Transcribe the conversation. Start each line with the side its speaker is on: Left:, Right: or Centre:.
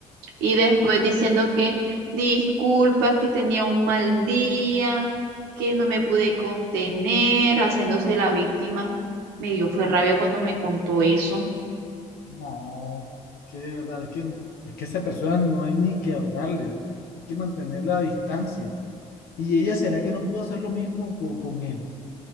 Right: Y después diciendo que disculpa, que tenía un mal día, que no me pude contener, haciéndose la víctima. Me dio fue rabia cuando me contó eso.
Left: No, es que de verdad, es que, es que a esa persona no hay ni que hablarle, hay que mantenerla a distancia. ¿Y ella será que no pudo hacer lo mismo co- con, él?